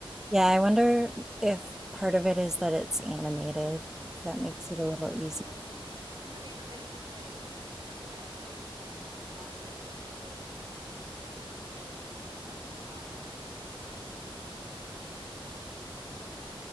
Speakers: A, in the centre; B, on the right (about 55°).
A: Yeah, I wonder if part of it is that it's animated, if that makes it a little easier.
B: Yeah. Your animation's a not your your imagination's able to process things a little bit easier and differently through animation versus live action. That is a good point of view and a good way to look at it.